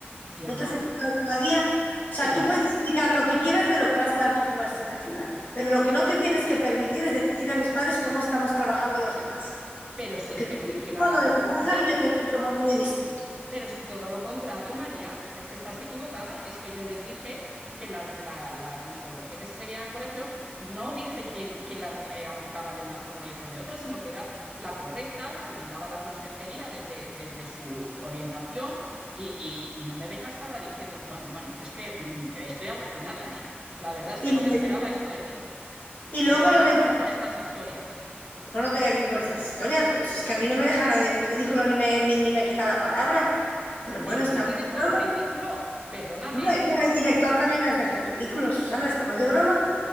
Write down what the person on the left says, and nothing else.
No te has explicado todavía. O sea,
tú puedes explicar lo que quieras de lo que vas a dar tú como asignatura, pero lo que no te tienes que permitir es decirle a mis padres cómo estamos trabajando los demás.
Porque
tú
tienes
un
modo
de trabajar
y yo tengo otro mo- muy distinto.
Y,
lo
de-
y
luego
lo del...
Como no te voy a venir con estas historias, pero si es que a mí no me dejan en ridículo ni me, ni ni me quita la palabra. Pero bueno,
estamos
de
broma.
Hombre, pero
el director también nos deja en ridículo, Susana, estamos de broma.